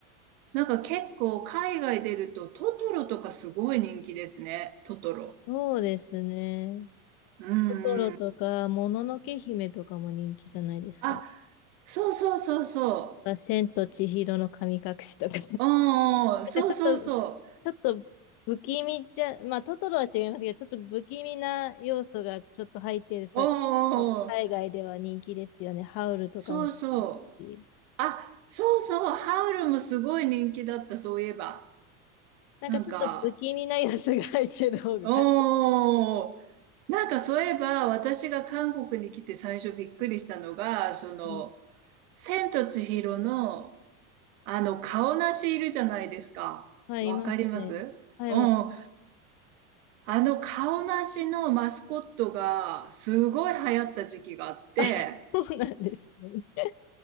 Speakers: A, on the right; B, on the left.
A: なんか結構海外出るとトトロとかすごい人気ですね。トトロ。
B: そうですね。
A: うんうん。
B: トトロとか、もののけ姫とかも人気じゃないですか。
A: あ、そうそうそうそ
B: あ千と千尋の神隠しとか。
A: う。うんうん、そうそうそ
B: と、ちょっと不気味じゃ、まあ、トトロは違いますけど、ちょっと不気味な要素がちょっと入ってる作品の方が海外では人気ですよね。
A: う。うんうんうん、
B: ハウルとかもそうですし。
A: そうそう。あ、そうそう。ハウルもすごい人気だった、そういえば。
B: なんかちょっと不気味な要素が入ってる方がか、
A: なんか、うん。なんかそういえば、私が韓国に来て最初びっくりしたのが、その、
B: はい
A: 千と千尋のあの、顔なしいるじゃないですか。
B: はい、
A: わかりますうん。
B: いますね。はい、わか
A: あの、顔なしのマスコットが、すごい流行った時期があって、
B: あ、そうなんですね。